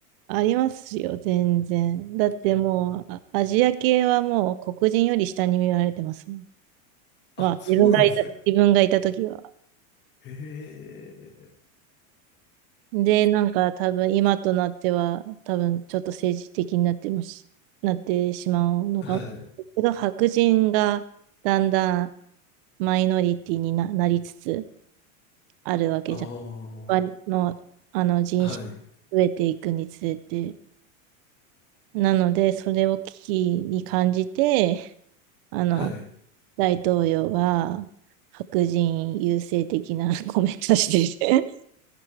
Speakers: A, on the right; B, on the left.
A: ありますよ、全然。だってもう、あアジア系はもう黒人より下に見られてますもん。
B: あ、
A: まあ、
B: そうなんですね。
A: 自分がいた、自分がいた時は。
B: へえ、
A: で、なんか多分今となっては、多分ちょっと政治的になってもし、なってしまうのかも。
B: はい。
A: けど、白人がだんだんマイノリティにな、なりつつあるわけじゃん。
B: ああ、は
A: わの、あの人種が増えていくにつれて。
B: い、
A: なので、それを危機に感じて、あの、
B: はい。
A: 大統領が白人優勢的な <laughs> コメントしてて、